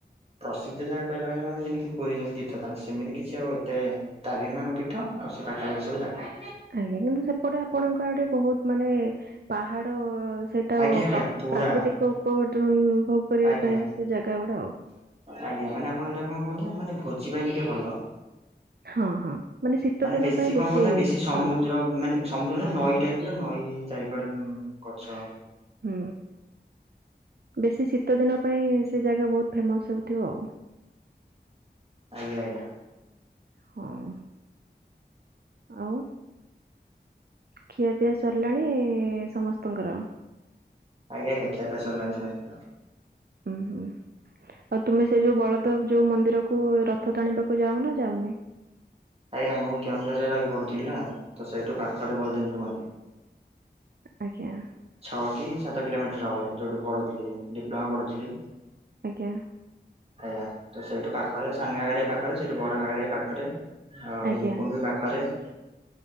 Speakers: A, on the right; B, on the right.
A: ପ୍ରସିଦ୍ଧ ଜାଗା କହିଲା ମାନେ ଯେମିତି ପୁରୀ ଯେମିତି ତୀର୍ଥାନ ସେମିତି କିଛି ଆଉ ଏତେ ତାରିଣୀ ମାଙ୍କ ପୀଠ ଆଉ ସେ ପାଖାପାଖି ସବୁ ଜାଗା।
B: ଆଜ୍ଞା କିନ୍ତୁ ସେପଟେ ଆପଣଙ୍କ ଆଡେ ବହୁତ ମାନେ ପାହାଡ ସେ। ଟା
A: ଆଜ୍ଞା ଆଜ୍ଞା ପୁରା
B: ପ୍ରାକୃତିକ ଉପବର୍ଟନ ଭୋଗ କରିବା
A: ଆଜ୍ଞା
B: ପାଇଁ ସେ ଜାଗା ଗୁଡା।
A: ଆଜ୍ଞା ମାନେ ଆପଣ ଏଟା କଣ କହୁଛନ୍ତି ନା ମାନେ ଭୋଜି ପାଇଁ ଟିକେ ଭଲ।
B: ହଁ ହଁ ଶୀତ
A: ମାନେ
B: ଦିନ
A: ବେଶୀ
B: ପାଇଁ
A: କଣ କହୁନା ବେଶୀ ସମୁଦ୍ର
B: ଭଲ
A: ମାନେ ସମୁଦ୍ର ନଈ ଟାଇପରେ ନଈ ଚାରି ପଟେ ଗଛ।
B: ହୁଁ ବେଶୀ ଶୀତ ଦିନ ପାଇଁ ସେ ଜାଗା ବହୁତ ଫେମସ ହଉଥିବ।
A: ଆଜ୍ଞା ଆଜ୍ଞା।
B: ହଁ। ଆଉ ଖିଆପିଆ ସରିଲାଣି ସମସ୍ତଙ୍କର।
A: ଆଜ୍ଞା ଆ୍ଞା। ଖିଆ ପିଆ ସାରିଲଣି ସମସ୍ତ କର।
B: ହୁଁ ହୁଁ ଆଉ ତୁମେ ସେ ଯୋଉ ବଳଦେବ ଯୋଉ ମନ୍ଦିରକୁ କୁ ରଥ ଟାଣିବାକୁ ଯାଉ ନା ଯାଉନି।
A: ଆଜ୍ଞା ମୁଁ କେଉଁଝରରେ ରହିି ପଢ଼ୁଥିଲନା ତ ସେଇଠୁ ପାଖରେ ବଳଦେବଜିଉ ମନ୍ଦିର।
B: ଆଜ୍ଞା।
A: ଛଅ କି ସାତ କିଲୋମିଟର ହବ ଯୋଉଠି ପଢୁଥିଲି ଡିପ୍ଲୋମା ପଢୁଥିଲି।
B: ଆଜ୍ଞା।
A: ଆଜ୍ଞା ସେଇଠୁ ପାଖରେ ସାନ ଘାଗର ପାଖରେ ସେଇଠୁ ବଡ ଘାଗର ପାଖରେ। ଆଉ
B: ଆଜ୍ଞା
A: ଭିଙ୍କୁଣ୍ଡ ବି ପାଖରେ।